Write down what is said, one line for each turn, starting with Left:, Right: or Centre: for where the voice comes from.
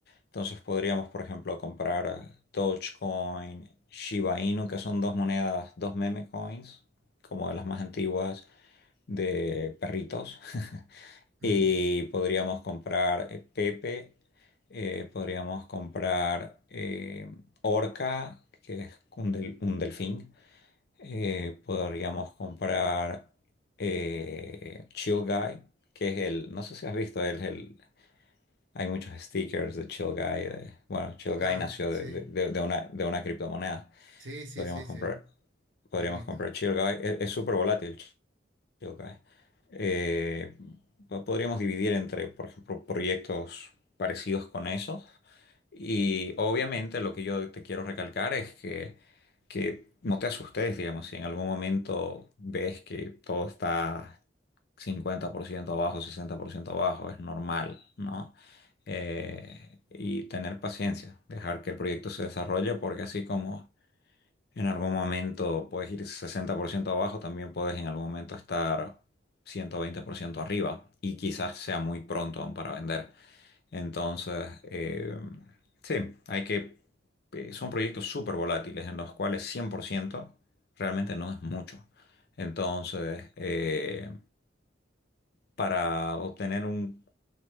Left: Entonces podríamos, por ejemplo, comprar Dogecoin, Shiba Inu, que son dos monedas, dos meme coins, como de las más antiguas de perritos. <laughs>
Right: Mm.
Left: Y podríamos comprar eh, Pepe eh, podríamos comprar eh, orca, que es un, del- un delfín. Eh, podríamos comprar eh, Chill Guy, que es el, no sé si has visto, él es el, hay muchos stickers de Chill Guy. de- bueno, Chill
Right: Ah,
Left: Guy nació
Right: sí,
Left: de, de- de- de una, de una criptomoneda.
Right: sí, sí,
Left: Podríamos
Right: sí, sí,
Left: comprar, podríamos
Right: he visto.
Left: comprar Chill Guy. Es es súper volátil. Ok. Eh, po- podríamos dividir entre, por ejemplo, proyectos parecidos con esos. Y obviamente lo que yo te quiero recalcar es que, que no te asustes, digamos, si en algún momento ves que todo está 50% abajo, 60% abajo, es normal, ¿no? Eh, y tener paciencia, dejar que el proyecto se desarrolle, porque así como en algún momento puedes ir 60% abajo, también puedes en algún momento estar 120% arriba y quizás sea muy pronto aún para vender. Entonces, eh, sí, hay que... eh, son proyectos súper volátiles en los cuales 100% realmente no es mucho. Entonces, eh, para obtener un,